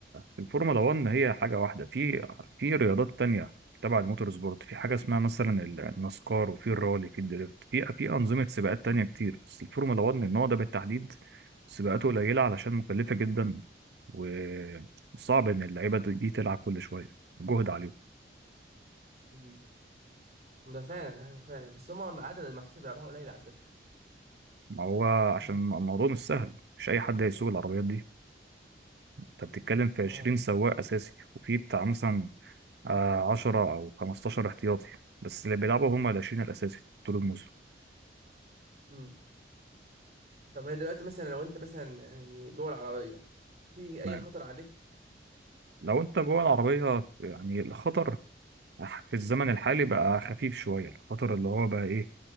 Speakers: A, on the right; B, on the right.
A: في الفورمولا 1 هي حاجه واحده في في رياضات تانية تبع الموتور سبورت في حاجه اسمها مثلا النسكار وفي الرالي في الدريفت في في انظمه سباقات تانية كتير بس الفورمولا 1 النوع ده بالتحديد سباقاته قليله علشان مكلفه جدا وصعب ان اللعيبه دي دي تلعب كل شويه جهد عليهم
B: مم. ده فعلا ايوه فعلا بس هما عدد الماتشات اللي بيلعبوها قليل على فكره
A: ما هو عشان
B: مم.
A: الموضوع مش سهل مش اي حد هيسوق العربيات دي انت بتتكلم في 20
B: اه
A: سواق اساسي وفي بتاع مثلا آه، 10 او 15 احتياطي بس اللي بيلعبوا هم ال 20 الاساسي طول الموسم
B: مم. طب هي دلوقتي مثلا لو انت مثلا يعني جوه العربيه في اي
A: تمام
B: خطر عليك
A: لو انت جوه العربيه يعني الخطر في الزمن الحالي بقى خفيف شويه الخطر اللي هو بقى ايه